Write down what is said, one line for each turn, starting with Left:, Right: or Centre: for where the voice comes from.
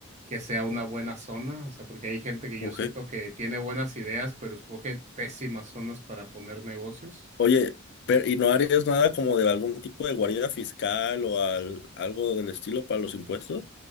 Right: que sea una buena zona, o sea, porque hay gente que yo
Left: ok.
Right: siento que tiene buenas ideas, pero escoge pésimas zonas para poner negocios.
Left: Oye, pero, ¿y no harías nada como de algún tipo de guarida fiscal o al- algo del estilo para los impuestos?